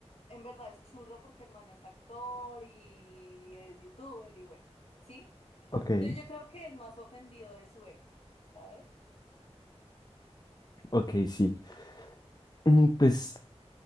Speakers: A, on the left; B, on the left.
A: en verdad es churro porque el man es actor y es youtuber y bueno, ¿sí?
B: Ok.
A: Entonces yo creo que es más ofendido de su ego, ¿sabes?
B: Ok, sí. Mm, Pues,